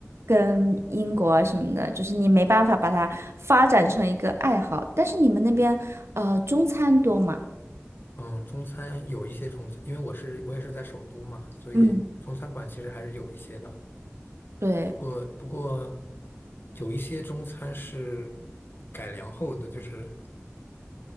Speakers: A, on the right; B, on the left.
A: 跟英国啊什么的，就是你没办法把它发展成一个爱好，但是你们那边，呃，中餐多嘛？
B: 嗯，中餐有一些中餐，因为我是我也是在首都嘛，所以中餐馆其实还是有一些的。
A: 嗯，对。
B: 不过不过，有一些中餐是改良后的，就是